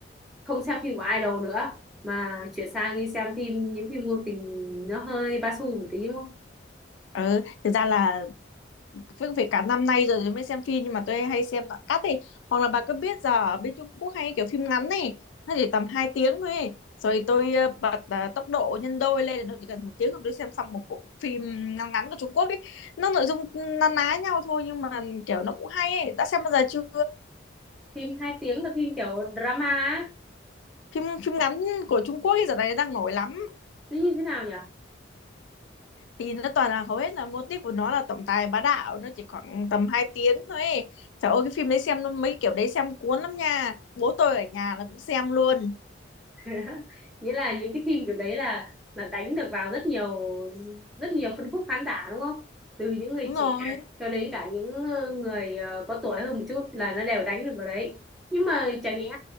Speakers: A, in the centre; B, on the left.
A: không xem phim của idol nữa mà chuyển sang đi xem phim những phim ngôn tình nó hơi ba xu một tí đúng không
B: ừ thực ra là việc phải cả năm nay rồi mới xem phim nhưng mà tôi hay xem đoạn cắt ấy hoặc là bà cứ biết giờ ở bên Trung Quốc hay kiểu phim ngắn này nó chỉ tầm 2 tiếng thôi ấy. rồi tôi ờ, bật ờ, tốc độ nhân đôi lên tôi chỉ cần một tiếng là tôi xem xong một bộ phim ngắn ngắn của Trung Quốc ấy nó nội dung na ná nhau thôi nhưng mà kiểu nó cũng hay ấy đã xem bao giờ chưa
A: phim hai tiếng là phim kiểu drama á.
B: phim phim ngắn của Trung Quốc ấy giờ này đang nổi lắm
A: nó như thế nào nhỉ
B: thì nó toàn là hầu hết là mô típ của nó là tổng tài bá đạo nó chỉ khoảng tầm 2 tiếng thôi ấy. Trời ơi cái phim đấy xem nó mấy kiểu đấy xem cuốn lắm nha bố tôi ở nhà là cũng xem luôn
A: <laughs> nghĩa là những cái phim kiểu đấy là là đánh được vào rất nhiều rất nhiều phân khúc khán giả đúng không từ những người
B: đúng rồi
A: trẻ cho đến cả những ờ, người ờ, có tuổi hơn một chút là nó đều đánh được vào đấy nhưng mà chả nhẽ